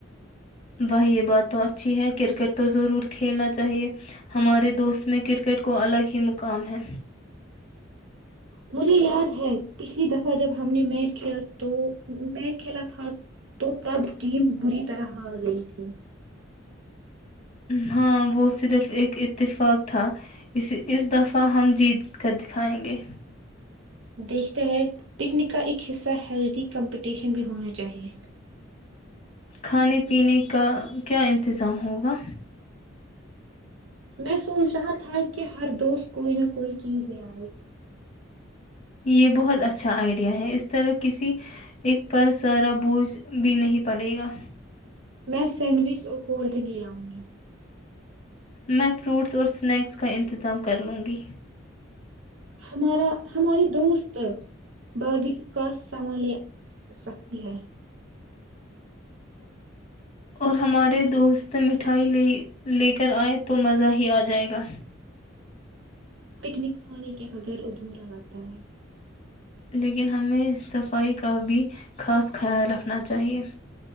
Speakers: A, on the left; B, on the right.
A: وہاہ یہ بات تو اچھی ہے کرکٹ تو ضرور کھیلنا چاہیئے ہمارے دوست میں کرکٹ کو الگ ہی مقام ہے
B: مجھے یاد ہے پچھلی دفعہ جب ہم نے میچ کھیلا تو میچ کھیلا تھا تو تب ٹیم بری طرح ہار گئی تھی
A: ہاں وہ صرف ایک اتفاق تھا اس اس دفعہ ہم جیت کر دکھائیں گے
B: دیکھتے ہیں پکنک کا ایک حصہ ہیلدی کمپٹیشن بھی ہونا چاہیے
A: کھانے پینے کا کیا انتظام ہوگا
B: میں سوچ رہا تھا کیا ہر دوست کوئی نہ کوئی چیز لیای
A: یہ بہت اچھا آئیڈیا ہے اس طرح کسی ایک پر سارا بوجھ بھی نہیں پڑے گا
B: میں سینڈوچ اور کولڈ ڈرنک لے آؤں گی
A: میں فروٹس اور سنیکس کا انتظام کر لوں گی
B: ہمارا ہماری دوست باربیکیوں کا سمان لے سکتی ہے
A: اور ہمارے دوست مٹھائی لے کر آئے تو مزہ ہی آ جائے گا
B: پکنک کھانے کے بغیر ابھورا لتا ہے
A: لیکن ہمیں صفائی کا بھی خاص خیال رکھنا چاہیے